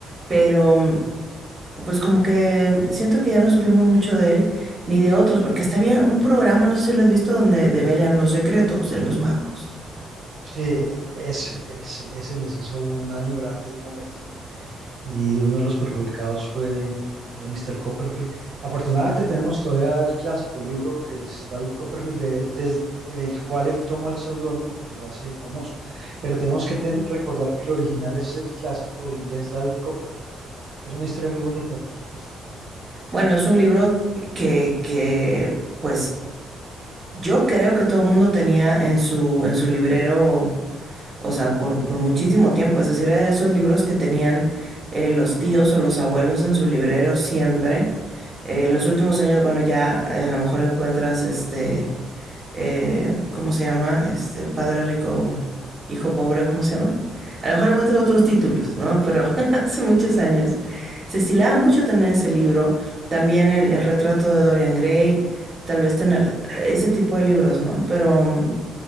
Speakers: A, on the right (about 35°); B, on the right (about 60°).
A: pero pues como que siento que ya no supimos mucho de él ni de otros, porque hasta había un programa, no sé si lo has visto, donde develan los secretos de los magos.
B: Sí, es, es- ese les hizo un daño grande en un momento y uno de los perjudicados fue eh, Mr. Copperfield. Afortunadamente tenemos todavía el clásico, el libro que es David Copperfield, de- desde el cual él tomó el seudónimo que lo hace famoso. Pero tenemos que ten- recordar que el original es el clásico inglés David Copperfield, que es una historia muy bonita, por supuesto.
A: Bueno, es un libro que, que pues yo creo que todo el mundo tenía en su, en su librero, o sea, por, por muchísimo tiempo. Es decir, era de esos libros que tenían eh, los tíos o los abuelos en su librero siempre. Eh, en los últimos años, bueno, ya eh, a lo mejor encuentras este eh, ¿cómo se llama? Este, Padre Rico, Hijo Pobre, ¿cómo se llama? A lo mejor encuentras otros títulos, ¿no? Pero <laughs> hace muchos años se estilaba mucho tener ese libro, también el, el retrato de Dorian Gray, tal vez tener ese tipo de libros, ¿no? Pero mm,